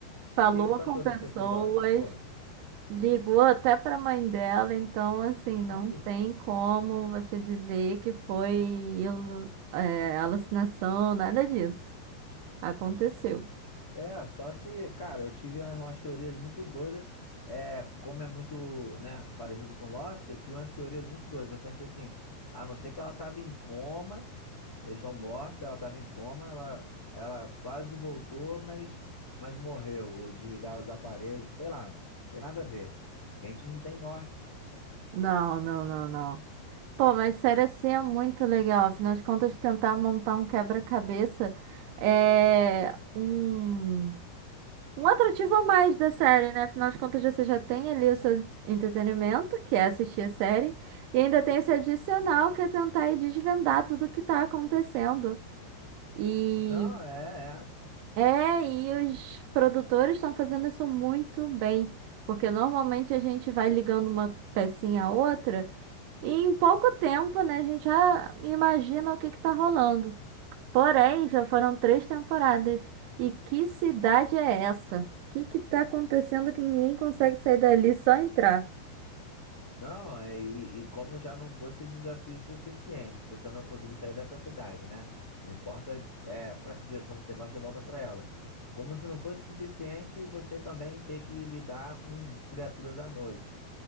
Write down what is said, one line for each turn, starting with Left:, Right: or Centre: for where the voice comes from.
Right: falou
Left: O que que tu
Right: com
Left: achou
Right: pessoas,
Left: desse episódio? Pô,
Right: ligou até pra mãe dela, então assim, não
Left: tá aí.
Right: tem como você dizer que foi ilu- é, alucinação, nada disso. Aconteceu.
Left: É, só se, cara, eu tive umas umas teorias muito doidas, é, como é muito, né, parecido com Lost, eu tive umas teorias muito doidas. Eu pensei assim, a não ser que ela tava em coma, eles estão mortos, ela tava em coma, ela, ela quase voltou, mas, mas morreu, ou desligaram os aparelhos, sei lá, tem nada a ver. Que a gente não tem norte.
Right: Não, não, não, não. Pô, mas sério assim é muito legal. Afinal de contas, tentar montar um quebra-cabeça é um, um atrativo a mais da série, né? Afinal de contas, você já tem ali o seu entretenimento, que é assistir a série, e ainda tem esse adicional que é tentar ir desvendar tudo o que tá acontecendo. E
Left: Não, é, é.
Right: é, e os produtores estão fazendo isso muito bem, porque normalmente a gente vai ligando uma pecinha a outra. E em pouco tempo, né, a gente já imagina o que que tá rolando. Porém, já foram três temporadas. E que cidade é essa? O que que tá acontecendo que ninguém consegue sair dali, só entrar?
Left: Não, é, e, e como já não fosse desafio suficiente, você não conseguir sair dessa cidade, né? Não importa é, para que direção você vá, você volta para ela. Como se não fosse suficiente, você também ter que lidar com as criaturas à noite.